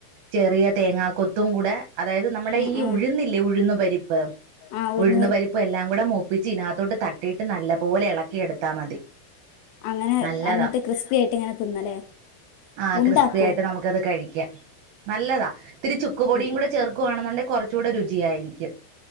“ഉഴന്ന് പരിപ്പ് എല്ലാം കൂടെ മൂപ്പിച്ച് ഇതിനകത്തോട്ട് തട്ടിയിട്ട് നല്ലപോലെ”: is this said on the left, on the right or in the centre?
Right